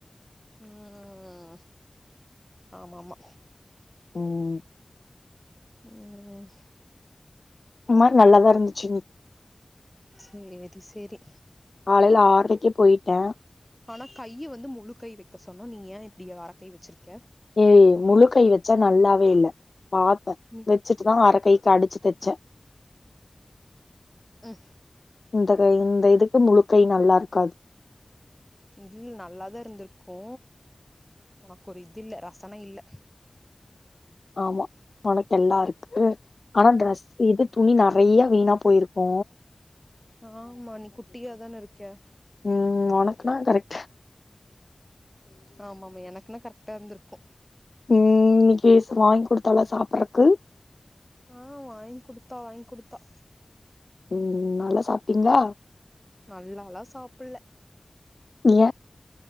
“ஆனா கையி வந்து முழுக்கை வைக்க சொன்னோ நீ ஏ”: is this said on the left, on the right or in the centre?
Centre